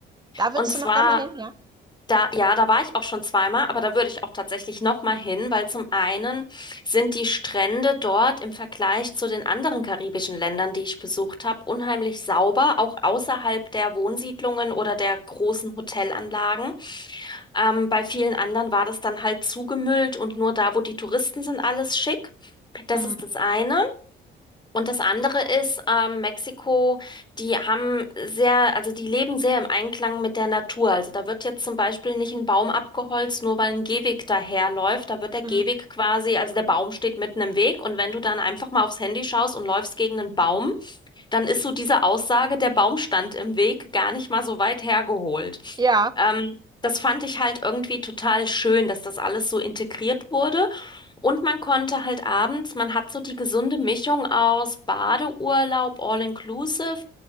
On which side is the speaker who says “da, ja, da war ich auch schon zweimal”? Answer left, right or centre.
Left